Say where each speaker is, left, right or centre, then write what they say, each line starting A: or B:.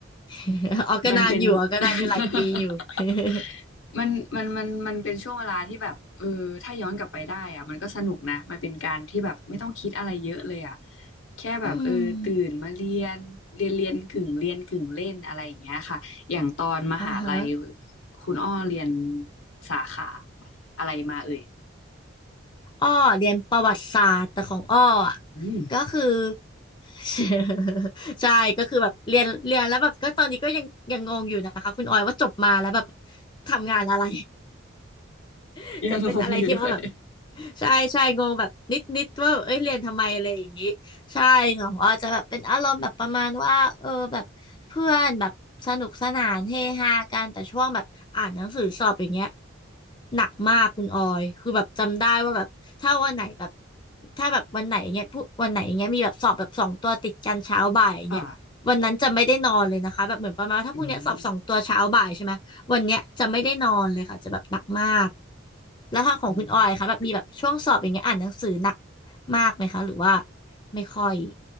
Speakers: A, on the left; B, on the left.
A: <laughs> อ้อก็นานอยู่อ้อก็นานอยู่หลายปีอยู่
B: มันเป็น <laughs>
A: <laughs>
B: มันมันมันมันเป็นช่วงเวลาที่แบบเออถ้าย้อนกลับไปได้อะมันก็สนุกนะมันเป็นการที่แบบไม่ต้องคิดอะไรเยอะเลยอะแค่แบบเออตื่นมาเรียนเรียนเรียนกึ่งเรียนกึ่งเล่นอะไรอย่างเงี้ยค่ะอย่างตอนมหาลัย
A: อืมอ่าฮะ
B: คุณอ้อเรียนสาขาอะไรมาเอ่ย
A: อ้อเรียนประวัติศาสตร์แต่ของอ้ออะ
B: อืม
A: ก็คือ <laughs> ใช่ก็คือแบบเรียนเรียนแล้วแบบก็ตอนนี้ก็ยังยังงงอยู่นะคะคุณออยว่าจบมาแล้วแบบทำงานอะไร <laughs>
B: ยังงงอยู่ด้วย
A: จะเป็นอะไรที่ว่าแบบใช่ใช่งงแบบนิดนิดว่าเอ้ยเรียนทำไมอะไรอย่างนี้ใช่ของออจะแบบเป็นอารมณ์แบบประมาณว่าเออแบบเพื่อนแบบสนุกสนานเฮฮากันแต่ช่วงแบบอ่านหนังสือสอบอย่างเงี้ยหนักมากคุณออยคือแบบจำได้ว่าแบบถ้าวันไหนแบบถ้าแบบวันไหนเงี้ยพูวันไหนเงี้ยมีแบบสอบแบบสองตัวติดกันเช้าบ่ายอย่างเงี้ยวันนั้นจะไม่ได้นอนเลยนะคะแบบเหมือนประมาณว่าถ้าพรุ่งเนี้ยสอบสองตัวเช้าบ่ายใช่ไหมวันเนี้ยจะไม่ได้นอนเลยค่ะจะแบบหนักมาก
B: ค่ะอืม
A: แล้วทางของคุณออยคะแบบมีแบบช่วงสอบอย่างเงี้ยอ่านหนังสือหนัก
B: อืม
A: มากไหมคะหรือว่าไม่ค่อย